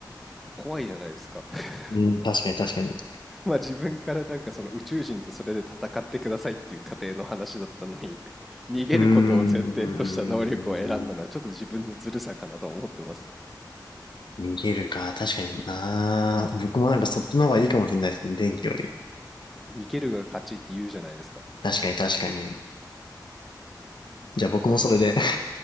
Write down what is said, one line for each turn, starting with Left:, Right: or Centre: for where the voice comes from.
Centre: 怖いじゃないですか。<laughs>
Left: うん、確かに確かに。
Centre: まあ、自分からなんかその宇宙人とそれで戦ってくださいっていう過程の話だったのに、<laughs> 逃げることを前提とした能力を選んだのは、
Left: うーん、
Centre: ちょっと自分のずるさかなと思ってますね。
Left: 逃げるか、確かにな。僕もなんかそっちの方がいいかもしれないですね、電気より。
Centre: 逃げるが勝ちって言うじゃないですか。
Left: 確かに確かに。じゃあ僕もそれで。
Centre: そう。